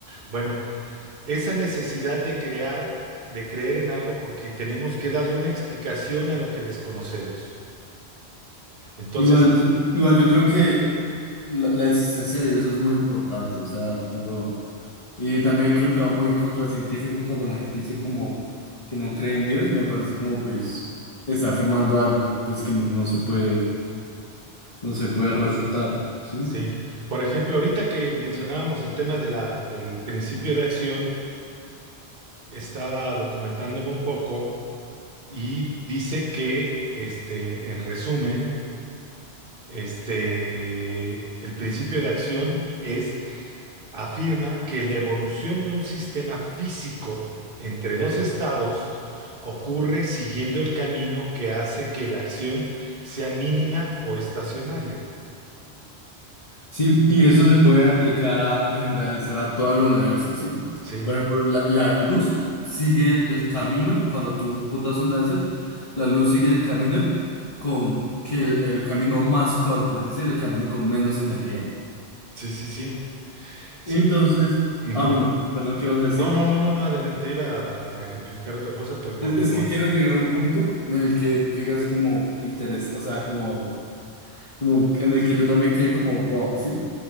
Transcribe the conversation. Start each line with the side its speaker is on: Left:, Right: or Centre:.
Right: Bueno, esa necesidad de crear, de creer en algo porque tenemos que darle una explicación a lo que desconocemos. Entonces,
Left: Igual, igual yo creo que la, la existencia de Dios es muy importante. O sea, cuando. Y también creo que va muy contracientífico cuando la gente dice como que no cree en Dios, me parece como pues está afirmando algo pues que no se puede, no se puede refutar, ¿sí?
Right: Sí, por ejemplo, ahorita que mencionábamos el tema de la, del principio de acción, estaba documentándome un poco y dice que, este, en resumen, este, el principio de acción es, afirma que la evolución de un sistema físico entre dos estados ocurre siguiendo el camino que hace que la acción sea mínima o estacionaria.
Left: Sí, y eso se puede aplicar a, a generalizar a todo el universo, ¿sí?
Right: Sí,
Left: Por ejemplo, la, la luz sigue el, el camino, cuando tú apuntas un láser, la luz sigue el camino con que el, el camino más corto, es decir, el camino con menos energía.
Right: sí, sí, sí. Sí.
Left: Entonces,
Right: ujú.
Left: ah, bueno, perdón, ¿qué ibas a decir?
Right: No, no, no, no, no, adelante, iba a ejemplificar otra cosa, pero
Left: Es,
Right: continúa.
Left: es que quiero llegar a un punto en el que tú digas como interés, o sea, como, como en el que yo también quede como wow, ¿sí?